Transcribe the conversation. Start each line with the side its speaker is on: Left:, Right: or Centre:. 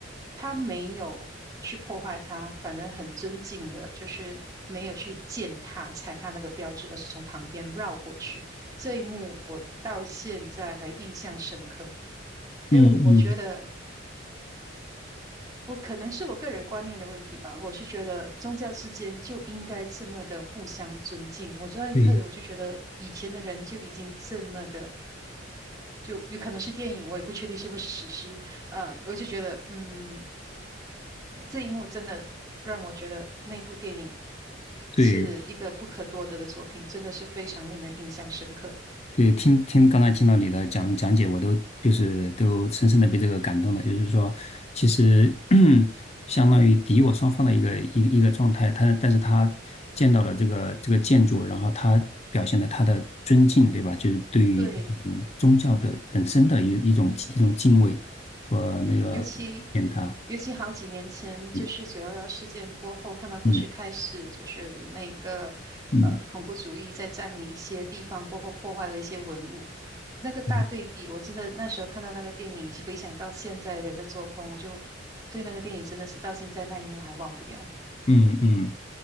Right: 他没有去破坏它，反而很尊敬的，就是没有去践踏、踩踏那个标志，而是从旁边绕过去。这一幕我到现在还印象深刻。因为我觉得
Left: 嗯嗯
Right: 我可能是我个人观念的问题吧，我是觉得宗教之间就应该这么的互相尊敬。我那一刻我就觉得以前的人就已经这么的，
Left: 对
Right: 就有可能是电影，我也不确定是不是史诗。呃，我就觉得，嗯，这一幕真的让我觉得那部电影
Left: 对
Right: 是一个不可多得的作品，真的是非常令人印象深刻。
Left: 对，听听刚才听到你的讲讲解，我都就是都深深的被这个感动了。就是说，其实 <clears throat> 相当于敌我双方的一个一一个状态，他但是他见到了这个这个建筑，然后他表现了他的尊敬，对吧？就是对于这种宗教的本身的一一种一种敬畏和那个见他，
Right: 对。尤其尤其好几年前，就是九幺幺事件过后，
Left: 嗯
Right: 他们不是开始就是有那个呃恐怖主义在占领一些地方过后，
Left: 嗯嗯
Right: 破坏了一些文物。那个大对比，
Left: 嗯
Right: 我真的那时候看到那个电影，回想到现在人的作风，我就对那个电影真的是到现在那一幕还忘不掉。
Left: 嗯嗯。